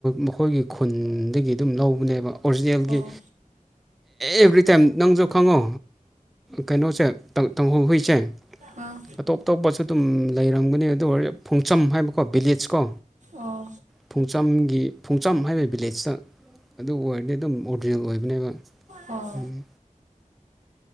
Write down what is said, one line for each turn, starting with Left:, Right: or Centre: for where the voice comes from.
Centre: ꯃꯈꯣꯏꯒꯤ ꯈꯨꯟꯗꯒꯤ ꯑꯗꯨꯝ ꯂꯧꯕꯅꯦꯕ ꯑꯣꯔꯤꯖꯤꯅꯦꯜꯒꯤ
Right: ꯑꯣ
Centre: ꯑꯦꯕ꯭ꯔꯤꯇꯥꯏꯝ ꯅꯪꯁꯨ ꯈꯪꯉꯣ ꯀꯩꯅꯣꯁꯦ ꯇꯍꯧ ꯍꯨꯏꯁꯦ
Right: ꯑꯥ
Centre: ꯑꯇꯣꯞ ꯑꯇꯣꯞꯄꯁꯨ ꯑꯗꯨꯝ ꯂꯩꯔꯝ ꯑꯗꯨ ꯐꯣꯡꯆꯝ ꯍꯥꯏꯕꯀꯣ ꯚꯤꯂꯦꯖ ꯀꯣ
Right: ꯑꯣ
Centre: ꯐꯣꯡꯆꯝꯒꯤ ꯐꯣꯡꯆꯝ ꯍꯥꯏꯕ ꯚꯤꯂꯦꯖꯇ ꯑꯗꯨ ꯑꯣꯏꯔꯗꯤ ꯑꯗꯨꯝ ꯑꯣꯔꯤꯖꯤꯅꯦꯜ ꯑꯣꯏꯕꯅꯦꯕ
Right: ꯑꯣ
Centre: ꯎꯝ